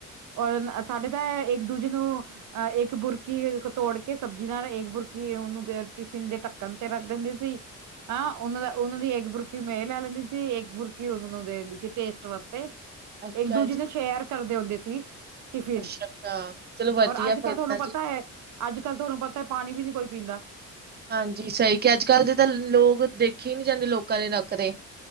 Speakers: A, on the right (about 75°); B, on the right (about 35°).
A: ਔਰ ਅ ਸਾਡੇ ਤਾਂ ਇੱਕ ਦੂਜੇ ਨੂੰ ਅਹ ਏਕ ਬੁਰਕੀ ਤੋੜ ਕੇ ਸਬਜ਼ੀ ਨਾਲ ਏਕ ਬੁਰਕੀ ਓਨੂੰ ਟਿਫਿਨ ਦੇ ਢੱਕਣ ਤੇ ਰੱਖ ਦਿੰਦੇ ਸੀ। ਹਾਂ ਓਨਾਂ ਦਾ ਓਨਾਂ ਦੀ ਏਕ ਬੁਰਕੀ ਮੇ ਲੈ ਲੈਂਦੀ ਸੀ, ਏਕ ਬੁਰਕੀ ਉਹ ਨੂੰ ਦੇ ਦਿੰਦੀ ਸੀ ਟੇਸਟ ਵਾਸਤੇ
B: ਅੱਛਾ
A: ਏਕ ਦੂਜੇ
B: ਜੀ,
A: ਨੂੰ ਸ਼ੇਅਰ ਕਰਦੇ ਹੁੰਦੇ ਸੀ। ਟਿਫਿਨ,
B: ਅੱਛਾ-ਅੱਛਾ ਚਲੋ ਵਧੀਆ
A: ਔਰ ਅੱਜ-ਕੱਲ੍ਹ
B: ਫਿਰ
A: ਤੁਹਾਨੂੰ
B: ਤਾਂ
A: ਪਤਾ
B: ਜੀ।
A: ਐ ਅੱਜ-ਕੱਲ੍ਹ ਤੁਹਾਨੂੰ ਪਤਾ ਪਾਣੀ ਵੀ ਨੀ ਕੋਈ ਪੀਂਦਾ।
B: ਹਾਂਜੀ ਸਹੀ ਕਿਹਾ, ਅੱਜ-ਕੱਲ੍ਹ ਦੇ ਤਾਂ ਲੋਕ ਦੇਖ ਰੱਖੀ ਨੀ ਜਾਂਦੇ ਲੋਕਾਂ ਦੇ ਨੱਕ ਤੇ।